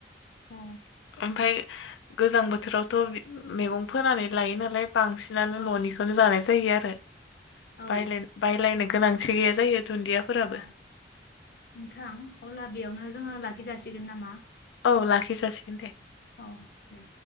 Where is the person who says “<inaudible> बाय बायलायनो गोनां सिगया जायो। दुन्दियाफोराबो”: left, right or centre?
Left